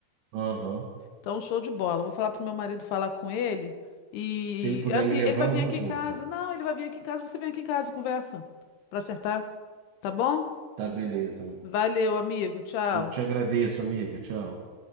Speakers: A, on the right (about 80°); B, on the left (about 70°).
A: Aham.
B: Então, show de bola. Vou falar pro meu marido falar com ele. E
A: Se ele puder
B: assim,
A: me levar,
B: ele vai
A: eu
B: vir
A: vou
B: aqui
A: junto.
B: em casa. Não, ele vai vir aqui em casa, você vem aqui em casa e conversa. Pra acertar. Tá bom?
A: Tá, beleza.
B: Valeu, amigo. Tchau.
A: Eu te agradeço, amiga. Tchau.